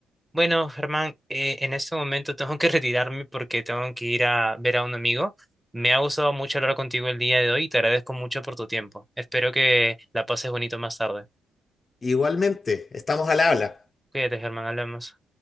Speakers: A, in the centre; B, on the left.
A: Bueno, Germán, eh, en este momento tengo que <laughs> retirarme porque tengo que ir a ver a un amigo. Me ha gustado mucho hablar contigo el día de hoy y te agradezco mucho por tu tiempo. Espero que la pases bonito más tarde.
B: Igualmente, estamos al habla.
A: Cuídate, Germán, hablamos.